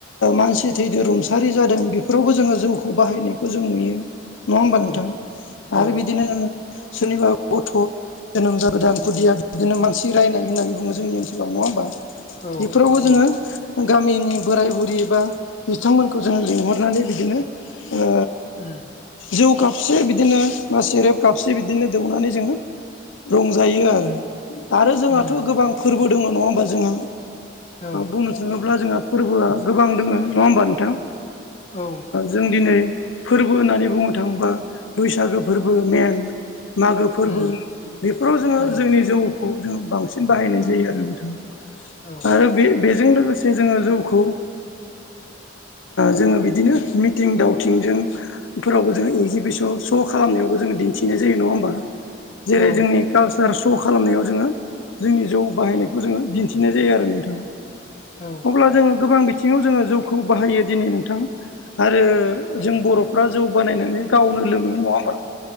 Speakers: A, on the left; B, on the left.
A: मानसि थैदों रुंसारि जादों बेफोरावबो जोङो जौखौ बाहायनायखौ जों नुयो नङा होमबा नोंथां
B: औ औ
A: आरो बिदिनो सोरनिबा गथ' जोनोम जागोदान खुदिया बिदिनो मानसि रायनाय होननानै बुङो जोंनि ओनसोलाव नङा होमबा
B: औ
A: बेफोरावबो जोङो
B: औ
A: गामिनि बोराय बुरै बा बिथांमोनखौ जोङो लिंहरनानै बिदिनो ओ
B: उम
A: जौ कापसे बिदिनो बा सेरेब कापसे बिदिनो दौनानै जोङो रंजायो आरो आरो जोंहाथ'
B: उम
A: गोबां
B: उम
A: फोरबो दङ नङा होमबा जोंहा
B: औ
A: बुंनो थाङोब्ला जोंहा फोरबोआ गोबां दङ नङा होमबा नोंथां
B: औ
A: जों दिनै फोरबो होननानै बुंनो थाङोबा बैसागो फोरबो मेन मागो फोरबो
B: उम
A: बेफोराव जोङो
B: उम
A: जोंनि जौखौ जों बांसिन बाहायनाय जायो आरो नोंथां
B: औ
A: आरो बे बेजों लोगोसे जोङो जौखौ जोङो बिदिनो मिथिं दावथिंजों फोरावबो जों एगजिबिसन श' खालामनायावबो जोङो दिन्थिनाय जायो नङा होमबा जेरै
B: औ
A: जोंनि कालसार श' खालामनायाव जोङो जोंनि जौ बाहायनायखौ जोङो दिन्थिनाय जायो आरो अब्ला
B: औ
A: जोङो गोबां बिथिङाव जोङो जौखौ बाहायो दिनै नोंथां आरो जों बर'फ्रा जौ बानायनानै गावनो लोङो नङा होमबा